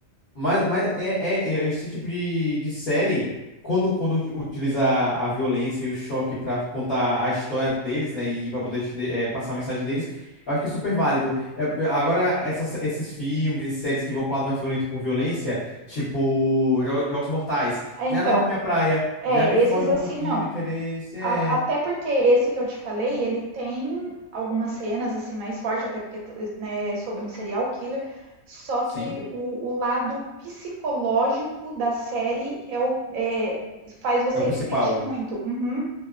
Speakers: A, on the left; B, on the right.
A: mas, mas é, é- é esse tipo de, de série, quando, quando ut- utiliza a violência e o choque pra contar a história deles, né, e pra poder te de- eh, passar a mensagem deles, eu acho que é super válido. É, é, agora, essas, esses filmes e séries que vão pra um lado mais violento por violência, tipo Jo- Jogos Mortais,
B: É, então,
A: já não é muito minha praia,
B: é,
A: já me
B: esses
A: foge
B: assim
A: um pouquinho
B: não.
A: do interesse. É.
B: A- Até porque esse que eu te falei, ele tem algumas cenas assim mais fortes, até porque né, é sobre um serial killer. Só
A: Sim,
B: que o, o lado psicológico da série é, o- é- faz você
A: é o principal.
B: refletir muito. Uhum.